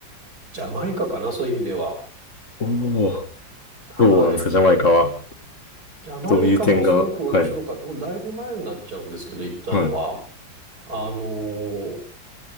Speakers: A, on the right; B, on the left.
A: ジャマイカかな、そういう意味では。
B: おお。
A: はい。
B: どうなんですか、ジャマイカは。
A: ジャマイカもすごく面白かった。
B: どういう点が、はい。
A: もうだいぶ前になっちゃうんですけど、行ったのは。
B: はい。
A: あのー